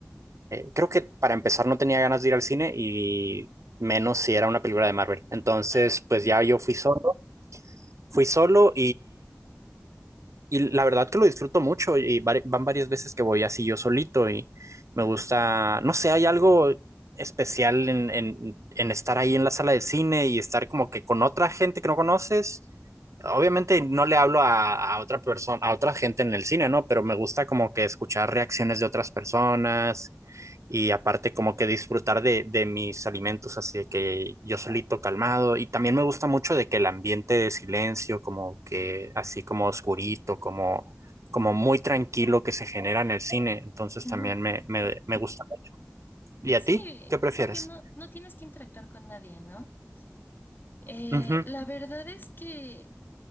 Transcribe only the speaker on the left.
Claro. Ujú.
Ujú.
Sí,
porque no, no tienes que interactuar con nadie, ¿no? Eh,
la verdad es que